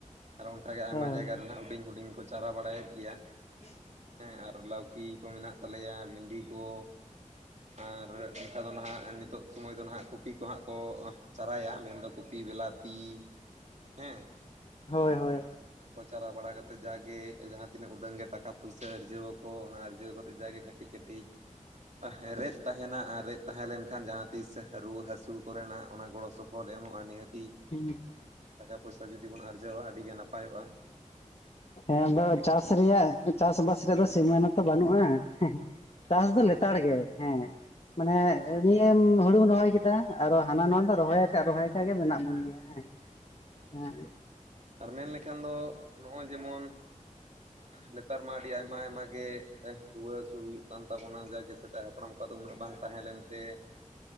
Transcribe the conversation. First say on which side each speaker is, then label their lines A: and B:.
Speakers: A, on the right (about 60°); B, on the left (about 50°).
A: ᱟᱨ ᱚᱱᱠᱟ ᱜᱮ ᱟᱭᱢᱟ
B: ᱦᱳᱭ
A: ᱡᱟᱭᱜᱟ ᱨᱮᱱᱟᱜ ᱦᱩᱰᱤᱧ ᱦᱩᱰᱤᱧ ᱠᱚ ᱪᱟᱨᱟ ᱵᱟᱲᱟᱭᱮᱫ ᱜᱮᱭᱟ
B: ᱦᱮ <inaudible>
A: ᱦᱮᱸ ᱟᱨ ᱞᱟᱹᱣᱠᱤ ᱠᱚ ᱢᱮᱱᱟᱜ ᱛᱟᱞᱮᱭᱟ ᱵᱷᱮᱱᱰᱤ ᱠᱚ ᱟᱨ ᱟᱫᱚ ᱱᱟᱦᱟᱜ ᱱᱤᱛᱚᱜ ᱥᱚᱢᱚᱭ ᱫᱚ ᱱᱟᱦᱟᱜ ᱠᱚᱯᱤ ᱠᱚᱦᱟᱸᱜ ᱠᱚ ᱪᱟᱨᱟᱭᱟ ᱢᱮᱱᱫᱚ ᱠᱩᱯᱤ ᱵᱤᱞᱟᱛᱤ ᱦᱮᱸ
B: ᱦᱳᱭ ᱦᱳᱭ
A: ᱚᱱᱟ ᱠᱚ ᱪᱟᱞᱟᱣ ᱵᱟᱲᱟ ᱠᱟᱛᱮᱮᱫ ᱪᱟᱨᱟ ᱵᱟᱲᱟ ᱠᱟᱛᱮ ᱡᱟᱜᱮ ᱡᱟᱦᱟᱸ ᱛᱤᱱᱟᱹᱜ ᱩᱰᱟᱹᱝ ᱜᱮ ᱴᱟᱠᱟ ᱯᱩᱭᱥᱟᱹ ᱟᱨᱡᱟᱹᱣ ᱟᱠᱚ ᱚᱱᱟ ᱟᱨᱡᱟᱹᱣ ᱠᱟᱛᱮ ᱡᱟᱜᱮ ᱠᱟᱹᱴᱤᱡ ᱠᱟᱹᱴᱤᱡ ᱦᱮᱨᱮᱫ ᱛᱟᱦᱮᱸ ᱦᱮᱱᱟᱜ ᱟ ᱨᱮᱫ ᱛᱟᱦᱮᱸ ᱞᱮᱱᱠᱷᱟᱱ ᱡᱟᱦᱟᱸ ᱛᱤᱥ ᱨᱩᱣᱟᱹ ᱦᱟᱹᱥᱩ ᱠᱚᱨᱮᱱᱟᱜ ᱚᱱᱟ ᱜᱚᱲᱚ ᱥᱚᱯᱚᱦᱚᱫ ᱮᱢᱚᱜᱼᱟ ᱱᱤᱦᱟᱹᱛᱤ
B: ᱦᱩᱸ
A: ᱴᱟᱠᱟ ᱯᱚᱭᱥᱟ ᱡᱩᱫᱤ ᱵᱚᱱ ᱟᱨᱡᱟᱣᱟ ᱟᱹᱰᱤ ᱜᱮ ᱱᱟᱯᱟᱭᱚᱜᱼᱟ᱾
B: ᱦᱮᱸ ᱟᱫᱚ ᱪᱟᱥ ᱨᱮᱭᱟᱜ ᱪᱟᱥᱵᱟᱥ ᱨᱮ ᱫᱚ ᱥᱤᱢᱟᱹ ᱢᱟᱛᱚ ᱵᱟᱹᱱᱩᱜᱼᱟ᱾ ᱪᱟᱥ
A: ᱦᱮᱸ
B: ᱫᱚ
A: ᱜᱚᱝᱠᱮ
B: ᱞᱮᱛᱟᱲ ᱜᱮ ᱦᱮᱸ ᱢᱟᱱᱮ
A: ᱦᱮᱸ ᱟᱨ
B: ᱱᱤᱭᱟᱹᱢ ᱦᱩᱲᱩᱢ ᱨᱚᱦᱚᱭ ᱠᱮᱫᱟ ᱟᱨᱚ ᱦᱟᱱᱟ ᱱᱚᱣᱟ ᱫᱚ ᱨᱚᱦᱚᱭ ᱟᱠᱟᱫ ᱨᱚᱦᱚᱭ ᱟᱠᱟ ᱜᱮ ᱢᱮᱱᱟᱜ ᱵᱚᱱ ᱜᱮᱭᱟ ᱦᱮᱸ
A: ᱦᱮᱸ
B: ᱦᱮ
A: ᱟᱨ ᱢᱮᱱ ᱞᱮᱠᱷᱟᱱ ᱫᱚ ᱱᱚᱜᱼᱚᱭ ᱡᱮᱢᱚᱱ ᱱᱮᱛᱟᱨ ᱢᱟ ᱟᱹᱰᱤ ᱟᱭᱢᱟ ᱟᱭᱢᱟ ᱜᱮ ᱨᱩᱣᱟᱹ ᱦᱟᱹᱥᱩ ᱦᱩᱭᱩᱜ ᱠᱟᱱ ᱛᱟᱵᱚᱱᱟ ᱡᱟᱜᱮ ᱥᱮᱫᱟᱭ ᱦᱟᱯᱲᱟᱢ ᱠᱚᱣᱟᱜ ᱫᱚ ᱩᱱᱟᱹᱜ ᱵᱟᱝ ᱛᱟᱦᱮᱸ ᱞᱮᱱᱛᱮ